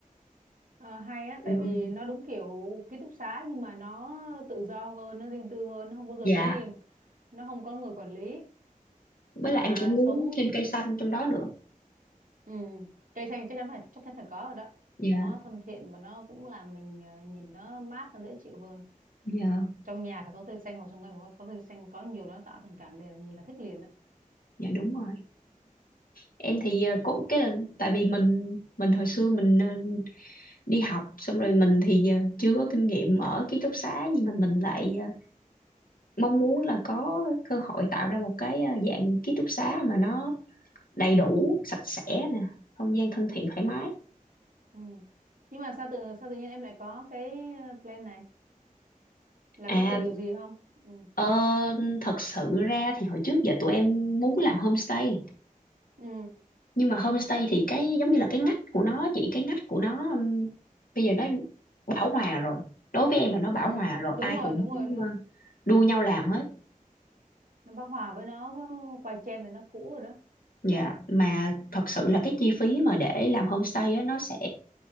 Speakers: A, on the right; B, on the left.
A: Ờ, hay á
B: Ừ,
A: tại vì nó đúng kiểu ký túc xá nhưng mà nó tự do hơn nó riêng tư hơn nó không có giờ
B: dạ
A: giới nghiêm nó không có người quản lý
B: với
A: mà
B: lại em cũng muốn
A: sống
B: thêm cây xanh trong đó nữa
A: Ừ, cây xanh chắc chắn phải chắc chắn phải có rồi đó. Nó
B: dạ
A: thân thiện mà nó cũng làm mình ờ, nhìn nó mát nó dễ chịu hơn.
B: dạ
A: Trong nhà phải có cây xanh hoặc xung quanh có, có cây xanh có nhiều nó tạo thành cảm liền là nhìn là thích liền đó.
B: dạ đúng rồi em thì ờ, cũng cái là tại vì mình mình hồi xưa mình ờ, đi học xong rồi mình thì ờ, chưa có kinh nghiệm ở ký túc xá nhưng mà mình lại ờ, mong muốn là có cơ hội tạo ra một cái ờ, dạng ký túc xá mà nó đầy đủ sạch sẽ nè không gian thân thiện thoải mái
A: Ừ. Nhưng mà sao tự sao tự nhiên em lại có cái ờ, plan này là
B: à
A: có từ điều gì không? Ừ.
B: ờ, thật sự ra thì hồi trước giờ tụi em muốn làm homestay
A: Ừ.
B: nhưng mà homestay thì cái giống như là cái ngách của nó chị cái ngách của nó ừm, bây giờ nó bão hòa rồi đối với em là nó
A: Ừ.
B: bão hòa rồi
A: Đúng
B: ai
A: rồi,
B: cũng
A: đúng rồi.
B: ờ, đua nhau làm hết
A: Nó bao hòa với nó có quay chen rồi nó cũ rồi đó.
B: dạ mà thật sự là cái chi phí mà để làm homestay á, nó sẽ